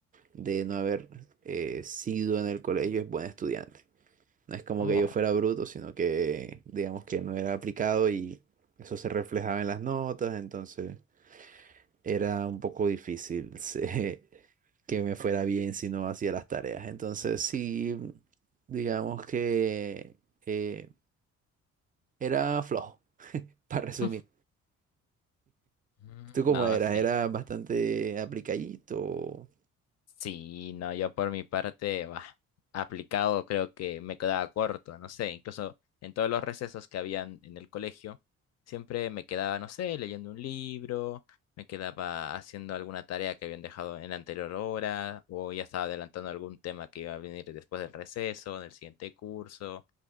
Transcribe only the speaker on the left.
Oh.
<laughs> Mm,
No,
sí.
Sí, no, yo por mi parte, bah, aplicado creo que me quedaba corto, no sé, incluso en todos los recesos que habían en el colegio, siempre me quedaba, no sé, leyendo un libro, me quedaba haciendo alguna tarea que habían dejado en la anterior hora, o ya estaba adelantando algún tema que iba a venir después del receso, en el siguiente curso,